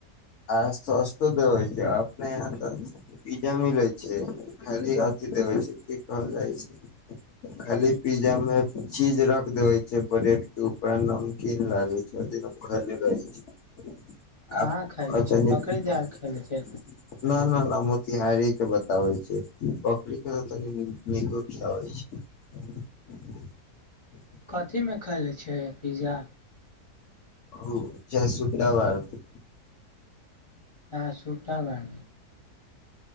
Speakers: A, on the left (about 55°); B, on the left (about 30°).
A: आ सस्तो दे होइ छै अपने य तऽ किया मिलै छै खाली अथी देबै छै की कहल जाइ छै खाली पिज्जा में चीज रख देवे छै ब्रेड के ऊपर नमकीन लागे छै घर ल गै <unintelligible>
B: कहाँ खाय ले
A: आता
B: छै
A: न
B: पकड़े जाल खाय ले छै
A: न न <unintelligible> मोतिहारी के बताबै छैइ बकरी के तनी नीको खियाबैइ छैइ <inaudible>
B: कथीमे खाय लै छैय पिज्जा
A: अउ चय सुुट्टा बार मे
B: आहां सुट्टा बार